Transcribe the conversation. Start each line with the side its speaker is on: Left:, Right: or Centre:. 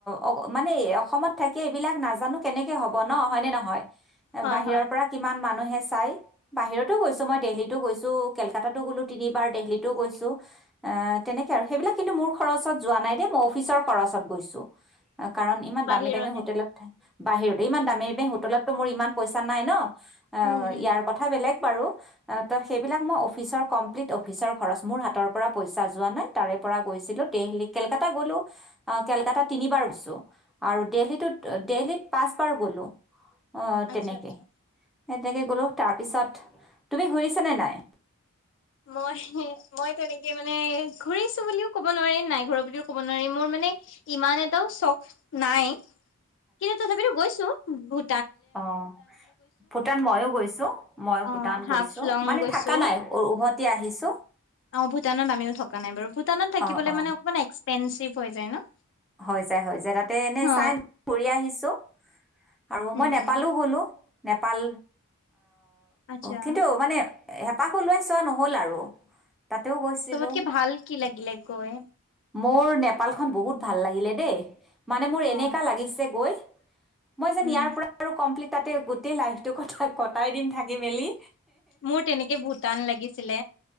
Centre: অ মানে অসমত থাকিয়ে এইবিলাক নাজানো কেনেকে হ'ব ন হয়নে নহয়?
Left: হয়
Centre: বাহিৰৰ
Left: হয়
Centre: পৰা কিমান মানুহে চাই বাহিৰতো গৈছো মই দেল্হি তো গৈছোঁ। কেলকাতাতো গ'লো তিনিবাৰ দেল্হিতো গৈছো, তেনেকে আৰু সেইবিলাক কিন্তু মোৰ খৰচত যোৱা নাই দেই মই অফিচৰ খৰচত গৈছোঁ। কাৰণ ইমান
Left: বাহিৰলে
Centre: দামী দামী হোটেলত থাক বাহিৰতে ইমান দামী দামী হোটেলতো মোৰ ইমান পইচা নাই ন। অ
Left: উম উম
Centre: ইয়াৰ কথা বেলেগ বাৰু ত সেইবিলাক মই অফিচৰ কমপ্লিট অফিচৰ খৰচ মোৰ হাতৰ পৰা পইছা যোৱা নাই তাৰে পৰা গৈছিলো‌, কেলকাতা গলোঁ কেলকাতা তিনিবাৰ গৈছো আৰু দেল্হিতো দেল্হিত পাঁচবাৰ গলোঁ। অ
Left: আচ্ছা
Centre: তেনেকে।
Left: আচ্ছা
Centre: এ তেনেকে গ'লো তাৰ পিছত তুমি ঘূৰিছা নে নাই।
Left: মই মই তেনেকে মানে ঘূৰিছো বুলিও কব নোৱাৰিম নাই ঘুৰা বুলিও কব নোৱাৰিম মোৰ মানে ইমান এটাও চখ নাই। কিন্তু তথাপিতো গৈছো বহু
Centre: অঁ ভূটান ময়ো গৈছো মই ভূটান
Left: অ হাফলং
Centre: গৈছো মানে
Left: গৈছো
Centre: থকা নাই উভত এতি আহিছোঁ
Left: অ ভূটানত আমিও থকা নাই বাৰু হোটেলত থাকিবলৈ
Centre: অ অ
Left: মানে অকমান এক্সপেনছিভ চিপ হৈ যায় ন
Centre: হৈ যায় হৈ যায় তাতে এনে
Left: অ
Centre: চাই ঘূৰি আহিছো আৰু
Left: উম
Centre: মই নেপালো গলোঁ নেপাল
Left: আচ্ছা
Centre: কিন্তু মানে হেঁপাহো ওলাই চোৱা নহ'ল আৰু তাতেও গৈছিলোঁ
Left: চবতকে ভাল কি লাগিলে কৈ
Centre: মোৰ নেপালখন বহুত ভাল লাগিলে দেই মানে মোৰ
Left: অ
Centre: এনেুৱা লাগিছে গৈ মই যেন
Left: উম
Centre: ইয়াৰ পৰা্লি তাতে গোটেই লাইফটো কটায় কটায় দিম থ মেলি
Left: মোৰ তেনেকে ভূটান লাগিছিলে